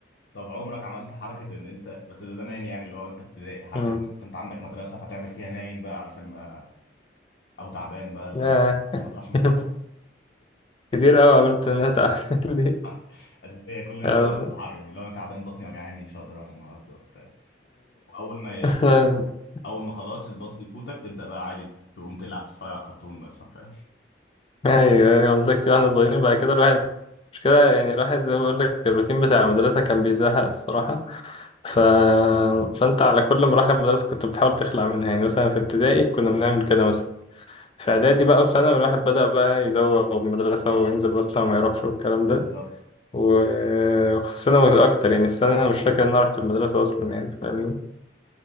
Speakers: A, on the left; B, on the left.
A: طب عمرك عملت حركة ان انت بس ده زمان يعني اللي هو انت ابتدائي حركة
B: مم.
A: ان انت أنت عندك مدرسة فتعمل فيها نايم بقى علشان ما او تعبان بقى اللي
B: ياه.
A: هو <laughs> عشان
B: <laughs>
A: ما تروحش المدرسة <laughs>
B: كتير أوي عملت إنها تعمل لي
A: حركة اساسية كل الناس
B: أيوه
A: تعمل نفس الحركة دي اللي هو انا تعبان بطني وجعاني مش هقدر اروح النهاردة وبتاع واول ما يعني
B: أيوه <laughs>
A: اول ما خلاص الباص يفوتك تبدأ بقى عادي تقوم تلعب تتفرج على كرتون مثلا فاهم
B: يعني مدرستي واحنا صغيرين بعد كده الواحد مش كده يعني الواحد زي ما بقول لك الروتين بتاع المدرسة كان بيزهق الصراحة ف... فأنت على كل مراحل المدرسة كنت بتحاول تخلع منها يعني مثلا في ابتدائي كنا بنعمل كده مثلا في إعدادي
A: مم.
B: بقى وثانوي الواحد بدأ بقى يزوغ من المدرسة وينزل مثلا وما يروحش والكلام ده
A: بالظبط
B: و- وفي ثانوي أكتر يعني في ثانوي أنا مش فاكر إن أنا رحت المدرسة أصلا يعني فاهمني